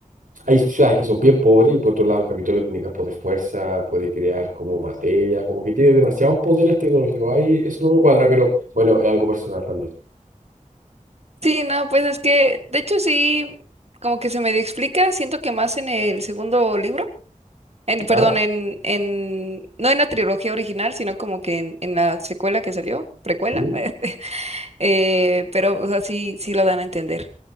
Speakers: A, on the right (about 80°); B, on the right (about 50°).
A: hay ciudades que son bien pobres y por otro lado el Capitolio tiene campos de fuerza, puede crear como materia, como que tiene demasiados poderes tecnológicos. Ahí eso no me cuadra, pero bueno, es algo personal también.
B: Sí, no, pues es que, de hecho sí, como que se me explica, siento que más en el segundo libro, en,
A: ¿Ya?
B: perdón, en, en, no en la trilogía original, sino como que en, en la secuela que salió, precuela,
A: ¿Mm?
B: <laughs> eh, pero, o sea, sí, sí lo dan a entender.